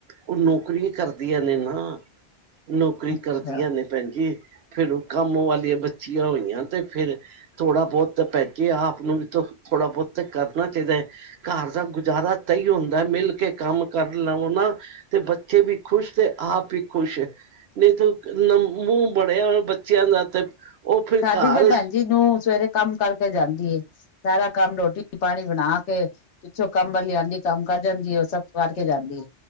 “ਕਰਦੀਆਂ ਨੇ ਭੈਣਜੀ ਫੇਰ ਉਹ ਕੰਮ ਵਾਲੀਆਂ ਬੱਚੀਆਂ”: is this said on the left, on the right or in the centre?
Right